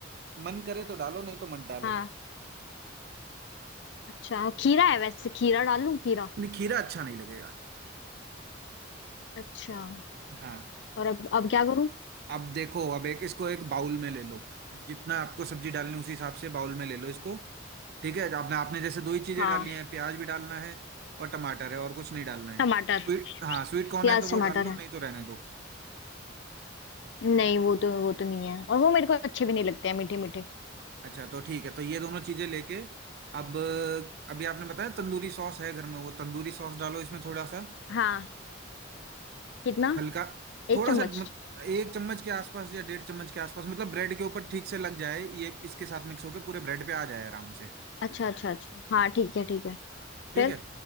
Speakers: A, on the right; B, on the left.
A: मन करे तो डालो नहीं तो मत डालो
B: हाँ अच्छा और खीरा है वैसे खीरा डाल लूं खीरा
A: नहीं, खीरा अच्छा नहीं लगेगा
B: अच्छा
A: हाँ
B: और अब अब क्या करूं
A: अब देखो अब एक इसको एक बाउल में ले लो जितना आपको सब्जी डालनी है, उसी हिसाब से बाउल में ले लो इसको ठीक है आपने आपने जैसे दो ही चीजें
B: हाँ
A: डालनी है प्याज भी डालना है और टमाटर है और कुछ नहीं डालना है
B: टमाटर
A: स्वीट हाँ स्वीट कॉर्न
B: प्याज
A: है तो वो
B: टमाटर
A: डाल लो
B: है
A: नहीं तो रहने दो
B: नहीं वो तो वो तो नहीं है और वो मेरे को अच्छे भी नहीं लगते हैं मीठे मीठे
A: अच्छा तो ठीक है तो ये दोनों चीजें लेके अब अभी आपने बताया तंदूरी सॉस है घर में वो तंदूरी सॉस डालो इसमें थोड़ा सा
B: हाँ कितना
A: हल्का थोड़ा
B: एक चम्मच
A: सा मत, एक चम्मच के आसपास या डेढ़ चम्मच के आसपास मतलब ब्रेड के ऊपर ठीक से लग जाए ये इसके साथ मिक्स होके पूरे ब्रेड पे आ जाए आराम से
B: अच्छा अच्छा अच्छा हाँ ठीक है ठीक है
A: ठीक
B: फिर
A: है